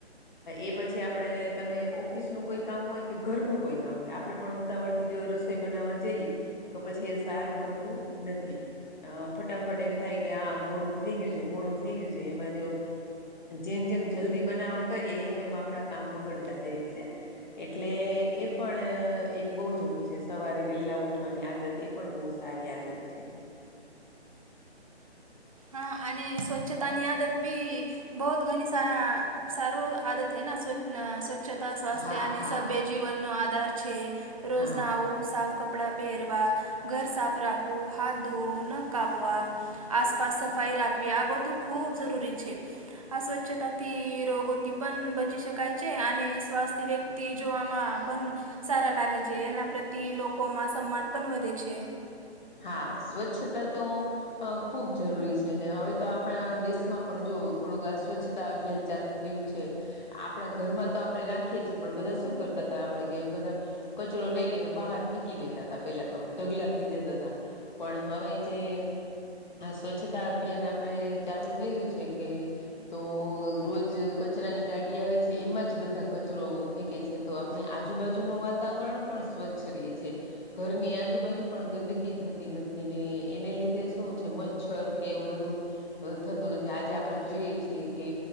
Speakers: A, on the left; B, on the right.
A: એ પછી આપણેે તમે ઓફ ઓફિસનું કોઈ કામ હોય કે ઘરનું કોઈ કામ હોય આપડણે પણ ઉતાવળ થી જો રસોઈ બનાવવા જઈએ તો પછી એ સારું બનતું નથી અ ફટાફટ એમ થાય કે હા મોડું થઈ ગયું છે મોડું થઈ ગયું છે એમાં જ જેમ જેમ જલ્દી બનાવવા કરીએ એમ એમ આપડા કામ બગડતા જાય છે એટલે એ પણ એક બહુ જરૂર છે સવારે વેલા ઉઠ વાની આદત એ પણ બહુ સારી આદત છે.
B: હા અને સ્વચ્છતાની આદત બી બહુત ઘણી સા સારું આદત હૈના સ્વચ્છતા સ્વાસ્થ્ય
A: હા
B: અને
A: હા.
B: સ બેજ જીવન નો આધાર છે રોજના
A: હા
B: આવું સાફ કપ કપડાં પહેરવા ઘર સાફ રાખવું હાથ ધોવું નખ કાપવા આસ પાસ સફાઈ રાખવી આ બધું ખૂબ જરૂરી છે. આ સ્વચ્છતાથી રોગોથી પણ બચી શકાય છે અને શ્વાસ વ્યક તી જોવામાં પણ સારા લાગે છે એના પ્રત્યે લોકોમાં સન્માન પણ વધે છે.
A: હા સ્વચ્છતા તો અ ખૂબ જરૂરી છે ને હવે તો આપણા દેશમાં પણ જો થોડુંક આ સ્વચ્છતા અભિયાન ચાલુ થયું છે. આપણા ઘરમાં તો આપણે રાખીએ છીએ પણ બધા શું કરતા તા આપડે કે બધા કચરો લઈ લઈને બહાર ફેંકી દેતા હતા પેલા તો ઢગલા થઈ જતા હતા. તા પણ હવે જે આ સ્વચ્છતા અભિયાન આપડે ચાલુ થયું છે કે તો રોજ કચરાની ગાડી આવે છે એમાં જ બધા કચરો ફેંકે છે તો આપણી આજુબાજુ નુ વાતાવરણ પણ સ્વચ્છ રહે છે. ઘરની આજુબાજુ પણ ગંદકી થતી નથી ને એને લીધે શું છે મચ્છર કે એવું બધું થતું નથી આજે આપણે જોઈએ છીએ કે